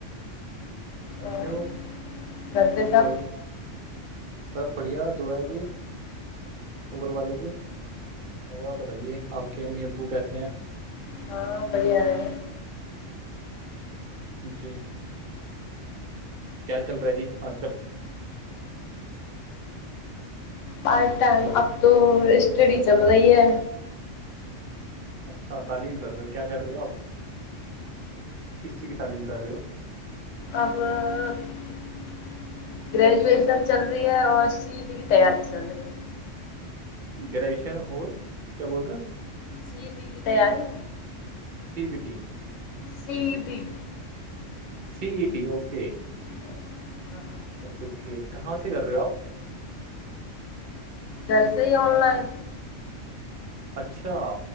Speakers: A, on the right; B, on the left.
A: اٹے
B: اور
A: ہو
B: گھر پہ سب
A: اور <unintelligible> سب بڑھیا دعا ہے جی اوبر والے کیی اور آپ بتائیے آپ کے امی ابو کیسے ہیں
B: ہاں بڑھیا ہے
A: جی کیا چل رہا ہے جی آج کل
B: ہر ٹائم
A: ہلو
B: اب تو اسٹڈی چل رہی ہے
A: اچھا تعلیم کر رہے ہو کیا کر رہے ہو آپ کسی چیز کی تعلیم کر رہے ہو
B: اب <unintelligible> گریجویشن چل رہی ہے اور سیٹی کی تیاری چل رہی ہے
A: گریجوشن ہو کیا بول رہے ہو
B: جی جی کی تیاری
A: C B T
B: C B
A: C E T okay
B: ہاں ہاں
A: اوکے اوکے کہاں سے کر رہے ہو آپ
B: کیسے ہی آن لائن
A: اچھا